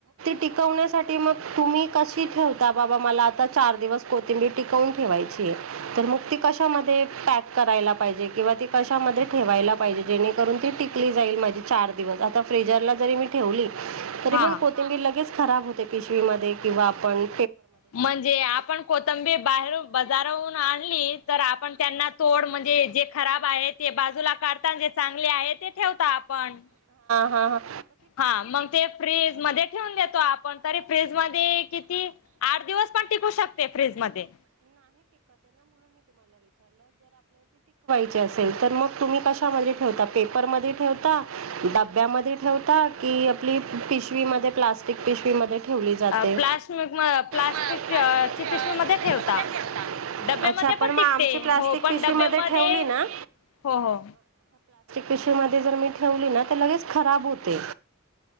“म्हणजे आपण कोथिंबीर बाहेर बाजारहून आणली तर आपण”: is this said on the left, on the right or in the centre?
Left